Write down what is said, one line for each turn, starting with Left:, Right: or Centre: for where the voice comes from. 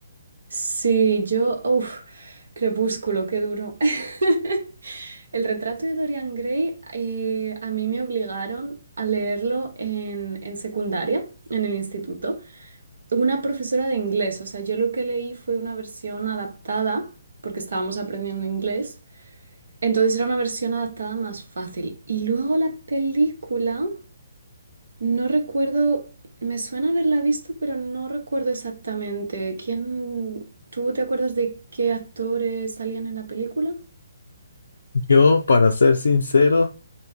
Right: Sí, yo, uff, Crepúsculo, qué duro. <laughs> El retrato de Dorian Gray, eh, a mí me obligaron a leerlo en, en secundaria, en el instituto. una profesora de inglés, o sea, yo lo que leí fue una versión adaptada, porque estábamos aprendiendo inglés, entonces era una versión adaptada más fácil. Y luego la película, no recuerdo, me suena haberla visto, pero no recuerdo exactamente. ¿Quién, tú te acuerdas de qué actores salían en la película?
Left: Yo, para ser sincero,